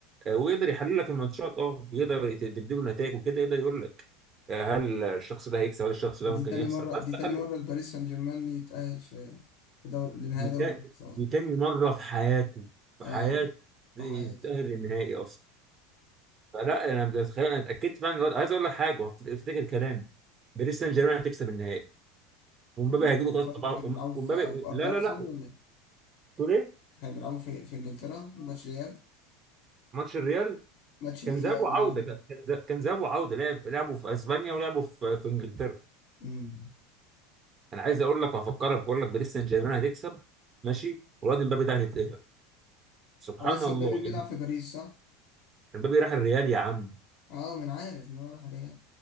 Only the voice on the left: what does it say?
دي تاني
مره
دي
تاني مره باريس سان جيرمان يتأهل في في دور لنهائي
دوري
الابطال
اه
في حياته
كانوا بيلعبوا
في
لندن كانوا بيلعبوا في
في أرض
أرسنال
ولا إيه؟
كانوا بيلعبوا في في إنجلترا ماتش الإياب
ماتش الإياب
العودة
أمم.
هو لسه
مبابي بيلعب في باريس صح؟
أه ما أنا عارف إن هو راح الريال